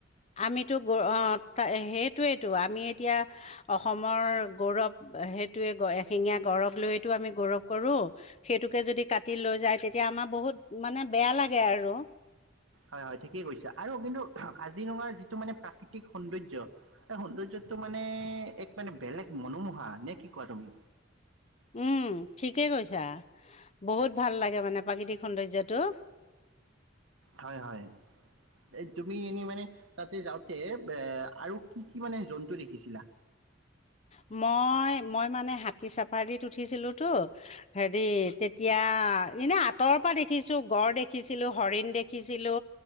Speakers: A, on the left (about 35°); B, on the right (about 85°).
A: আমিতো সেইটোয়েতটো আমি এতিয়া অসমৰ গৌৰৱ সেইটোৱে এশিঙীয়া গৰৱ লৈয়তো আমি গৌৰৱ কৰোঁ, সেইটোকে যদি কাটি লৈ যায় তেতিয়া আমাৰ বহুত বহুত মানে বেয়া লাগে আৰু।
B: হয় হয় ঠিকেই কৈছা আৰু কিন্তু কাজিৰঙাৰ যিটো মানে প্ৰাকৃতিক সৌন্দৰ্য, সেই সৌন্দৰ্য টো মানে এক মানে বেলেগ মনোমোহা, নে কি কোৱা তুমি?
A: উম ঠিকেই কৈছা, বহুত ভাল লাগে মানে প্ৰাকৃতিক সৌন্দৰ্যটো। <inaudible>
B: হয় হয়। এ তুমি এনেই মানে তাতে যাওঁতে এ আৰু কি কি মানে জন্তু দেখিছিলা?
A: অ'। মই মই মানে হাতী চাফাৰীত উঠিছিলো তো হেৰি তেতিয়া এনে আঁতৰৰ পৰা দেখিছো গড় দেখিছিলো, হৰিণ দেখিছিলো,